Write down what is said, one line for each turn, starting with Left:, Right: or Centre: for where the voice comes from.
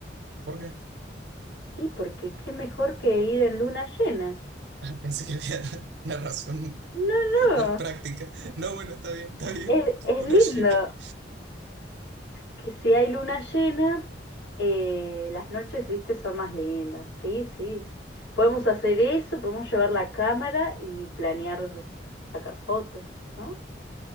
Right: ¿Por qué? <laughs>
Left: Y porque qué mejor que ir en luna llena.
Right: Ah, pensé que había <laughs> una razón
Left: No, no,
Right: más práctica. No, bueno, está bien, está bien.
Left: es, es
Right: Luna
Left: lindo.
Right: llena,
Left: que si hay luna llena, eh, las noches, viste, son más lindas. Sí, sí. Podemos hacer eso, podemos llevar la cámara y planear sacar fotos, ¿no?